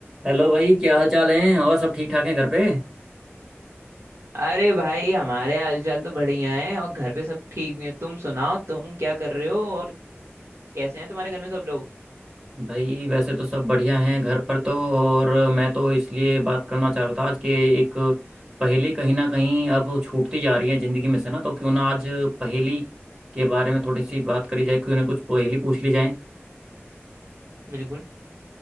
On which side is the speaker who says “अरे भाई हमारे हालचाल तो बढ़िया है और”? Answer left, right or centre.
Right